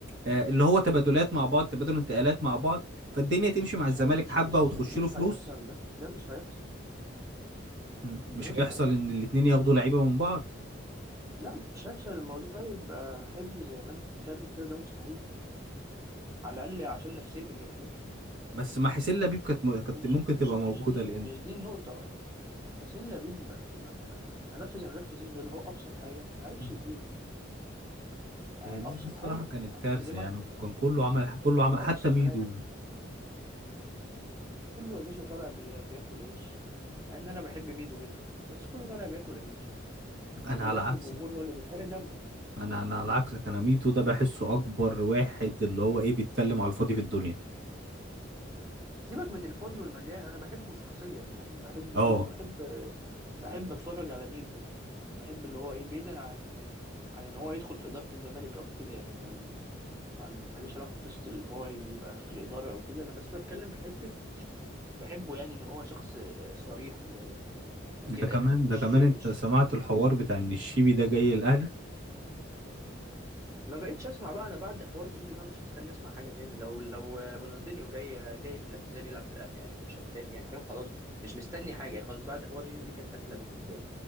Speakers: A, on the right (about 60°); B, on the right (about 15°).
A: آه اللي هو تبادلات مع بعض تبادل انتقالات مع بعض فالدنيا تمشي مع
B: يا صاحبي
A: الزمالك
B: مش
A: حبه
B: مش
A: وتخش
B: مش
A: له فلوس
B: هيحصل ده ده مش هيحصل
A: م- مش
B: ده
A: هيحصل
B: مش هيحصل
A: ان الاتنين ياخدوا لعيبه من بعض
B: لا مش هيحصل الموضوع يبقى حبي زي ما انت بتتكلم كده ده مستحيل على الاقل عشان نفسيه الجماهير
A: بس مع حسين لبيب كانت م-
B: مش
A: كانت ممكن
B: مش
A: تبقى موجوده
B: مش دي
A: لان
B: مش دي النقطه حسين لبيب ب- ب- يعني ملف زي ملف زيزو ده اللي هو ابسط حاجه ما عرفش
A: مم.
B: يدير آه،
A: هي دي
B: ابسط
A: دي الصراحه
B: حاجه
A: كانت
B: يعني
A: كارثه
B: بكلمك
A: يعني
B: في
A: كان كله عمل كله
B: في
A: عمل
B: ابسط
A: حتى ميدو
B: حاجه كله يا باشا طالع بي- بياكل عيش مع ان انا بحب ميدو جدا بس كله طالع بياكل عيش
A: انا
B: وفي الاخر
A: على عكسك
B: الجمهور هو اللي بيتحرق دمه
A: انا انا على عكسك انا ميدو ده بحسه اكبر واحد اللي هو ايه بيتكلم على الفاضي في الدنيا
B: سيبك من الفاضي والمليان انا بحبه شخصيا يعني بحب
A: اه
B: ميدو بحب بحب اتفرج على ميدو يعني يعني بحب اللي هو ايه بعيدا عن عن ان هو يدخل في اداره الزمالك او كده يعني انا ما- ماليش علاقه بقصه اللي هو يبقى في الاداره او كده انا بس بتكلم في حته بحبه يعني ان هو شخص صريح و- وكده
A: ده كمان
B: يعني مش
A: ده كمان
B: ايه
A: انت
B: مش
A: سمعت
B: مش
A: الحوار بتاع ان الشيبي ده جاي الاهلي
B: ما بقتش اسمع بقى انا بعد حوار زيزو ده مش مستني اسمع حاجه تاني لو لو رونالدينيو جاي جاي من الاعتزال يلعب في الاهلي عادي مش هتفاجئ يعني فاهم خلاص مش مستني حاجه خلاص بعد حوار زيزو دي كانت قتله بالنسبه لي